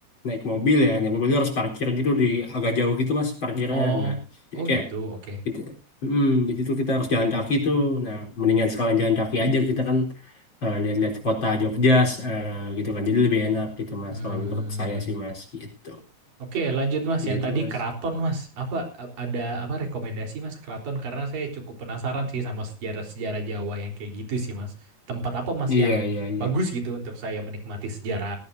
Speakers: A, on the left; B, on the right.
A: naik mobil ya. Naik mobil tuh harus parkir gitu di agak jauh gitu Mas parkirnya.
B: oh,
A: Nah, jadi
B: oh
A: kayak
B: gitu. Oke.
A: gitu. Mm, jadi tuh kita harus jalan kaki tuh. Nah, mendingan sekalian jalan kaki aja kita kan eh, lihat-lihat kota Jogja eh, gitu kan. Jadi lebih enak gitu Mas
B: Hmm.
A: kalau menurut saya sih Mas gitu.
B: Oke, lanjut Mas.
A: Gitu,
B: Yang tadi
A: Mas.
B: keraton Mas. Apa a- ada apa rekomendasi Mas keraton? Karena saya cukup penasaran sih sama sejarah-sejarah Jawa yang kayak gitu sih Mas. Tempat apa Mas
A: Iya,
B: yang
A: iya, iya.
B: bagus gitu untuk saya menikmati sejarah